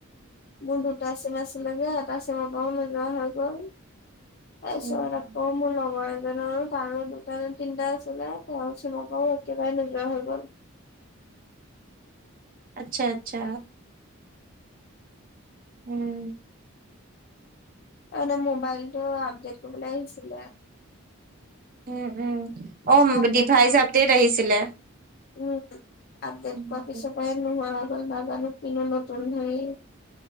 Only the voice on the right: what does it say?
উম
উম।
আচ্ছা আচ্ছা উম,
উম, উম, অ,
ডিভাইজ
আপডেট আহিছিলে।
উম।